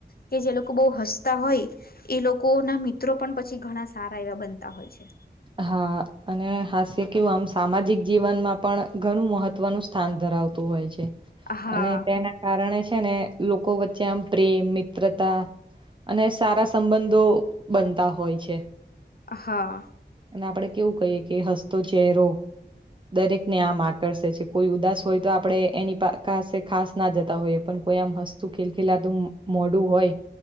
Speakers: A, on the left; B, on the right.
A: કે જે લોકો બહુ હસતા હોય એ લોકો ના મિત્રો પણ પછી ઘણા સારા એવા બનતા હોય છે
B: હા અને હાસ્ય કેવું આમ સામાજિક જીવનમાં પણ ઘણું મહત્વનું સ્થાન ધર થતું હોય છે
A: હા
B: અને તેના કારણે છે ને લોકો વચ્ચે આમ પ્રેમ મિત્રતા અને સારા સંબંધો બનતા હોય છે
A: હા
B: અને આપડે કેવું કહીએ કે હસતો ચહેરો દરેકને આમ આકર્ષે છે કોઈ ઉદાસ હોય તો આપડે એની પાસે ખાસ ના જતા હોઈએ પણ કોઈ આમ હસ્તું ખિલખિલા તુ મોઢું હોય